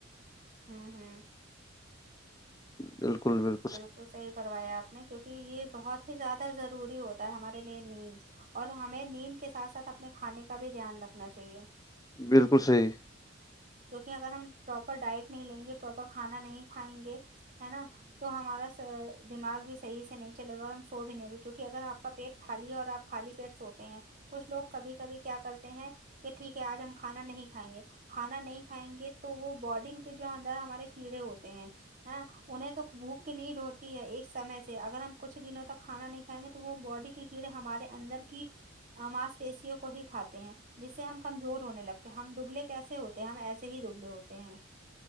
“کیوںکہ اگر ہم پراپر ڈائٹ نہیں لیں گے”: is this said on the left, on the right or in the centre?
Right